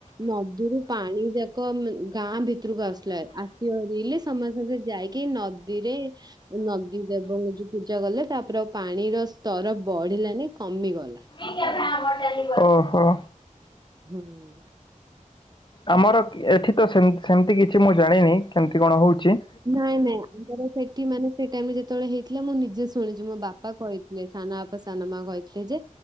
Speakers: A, on the right; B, on the left.
A: ନଦୀରୁ ପାଣି ଯାକ କ ଗାଁ ଭିତରକୁ ଆସିଲା ଆସି ହରଲେ ସମସ୍ତେ ସେ ଯାଇକି ନଦୀରେ ନଦୀ ଦେବଙ୍କୁ ଯୋଉ ପୂଜା କଲେ ତାପରେ ଆଉ ପାଣିର ସ୍ତର ବଢିଲାନି କମିଗଲା।
B: <unintelligible> ଓହୋ।
A: ହୁଁ।
B: ଆମର ଏଠି ତ ସେମ ସେମିତି କିଛି ମୁଁ ଜାଣିନି କେମିତି କଣ ହେଉଛି।
A: ନାଇଁ ନାଇଁ ଆମର ସେଠି ମାନେ ସେ ଟାଇମ ଯେତେବେଳେ ହେଇଥିଲା ମୁଁ ନିଜେ ଶୁଣିଛୁ ମୋ ବାପା କହିଥିଲେ ସାନ ବାପା ସାନ ମା କହିଥିଲେ ଯେ